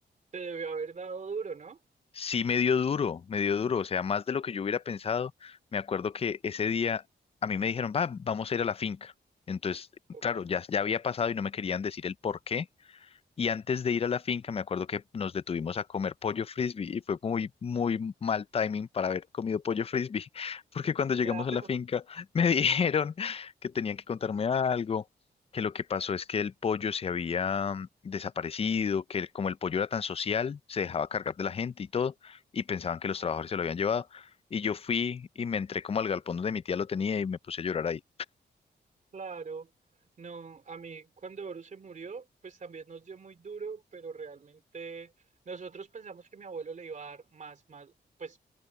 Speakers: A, on the right; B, on the left.
A: te debió haber dado duro, ¿no?
B: Sí, me dio duro, me dio duro, o sea, más de lo que yo hubiera pensado. Me acuerdo que ese día a mí me dijeron, va, vamos a ir a la finca. Entonces,
A: Ok,
B: claro, ya, ya había pasado y no me querían decir el por qué. Y antes de ir a la finca, me acuerdo que nos detuvimos a comer pollo frisbee y fue muy, muy mal timing para haber comido pollo frisbee, <laughs> porque cuando llegamos
A: claro.
B: a la finca me <laughs> dijeron que tenían que contarme algo, que lo que pasó es que el pollo se había mm, desaparecido, que como el pollo era tan social, se dejaba cargar de la gente y todo, y pensaban que los
A: ok,
B: trabajadores se lo habían llevado. Y yo fui y me entré como al galpón donde mi tía lo tenía y me puse a llorar ahí.
A: Claro, no, a mí cuando Boru se murió, pues también nos dio muy duro, pero realmente nosotros pensamos que mi abuelo le iba a dar más, más, pues,